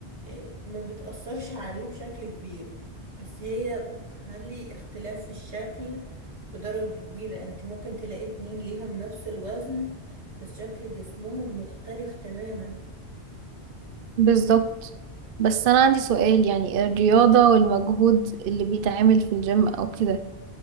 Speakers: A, on the right; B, on the right.
A: إيه، ما بتأثرش عليه بشكل كبير بس هي بتخلي اختلاف في الشكل بدرجة كبيرة انت ممكن تلاقي اتنين ليهم نفس الوزن بس شكل جسمهم مختلف تماما
B: بالظبط بس انا عندي سؤال يعني الرياضة والمجهود اللي بيتعمل في الجيم او كده